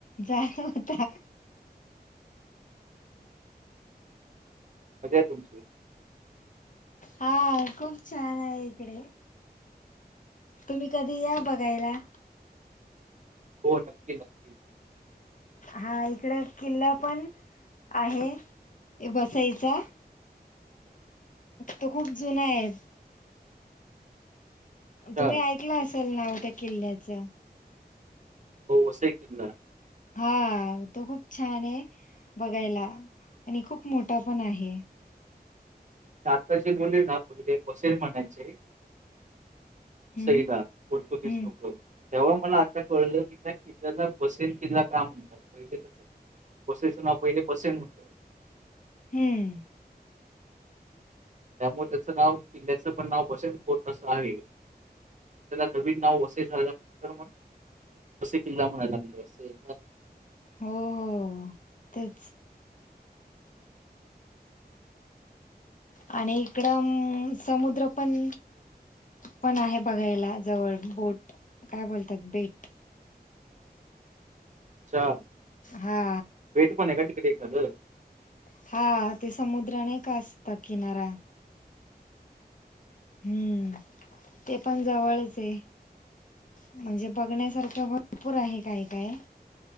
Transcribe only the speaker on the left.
जाहल होता
हा खूप छान आहे इकडे तुम्ही कधी या बघायला
हा इकड किल्ला पण आहे बसईचा तो खूप जुना आहे
तुम्ही ऐकलं असेल नाव त्या किल्ल्याचं
हा तो खूप छान आहे बघायला आणि खूप मोठा पण आहे
हम्म
हम्म
हम्म
हो हो तेच आणि इकडं समुद्र पण पण आहे बघायला जवळ बोट काय बोलतात बेट
हा
हा ते समुद्र नाही का असत किनारा हम्म ते पण जवळच ये म्हणजे बघण्यासारखं भरपूर आहे काय काय